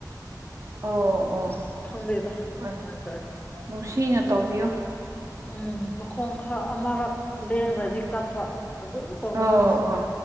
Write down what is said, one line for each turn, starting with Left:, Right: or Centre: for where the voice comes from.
Right: ꯑꯣ ꯑꯣ
Left: ꯑꯁ ꯈꯪꯗꯦꯗ
Right: ꯍꯣꯏ
Left: ꯅꯨꯡꯉꯥꯏꯇꯔꯦ
Right: ꯅꯨꯡꯁꯤꯅ ꯇꯧ ꯇꯧꯕꯤꯌꯣ꯫
Left: ꯎꯝ ꯃꯈꯣꯡ ꯈꯔ ꯑꯃꯔꯛ ꯂꯦꯡꯒ꯭ꯔꯗꯤ ꯀꯞꯄ ꯑꯗꯨꯝ ꯇꯧꯕ
Right: ꯑꯣ
Left: ꯃꯥꯁꯦ꯫
Right: ꯑꯣ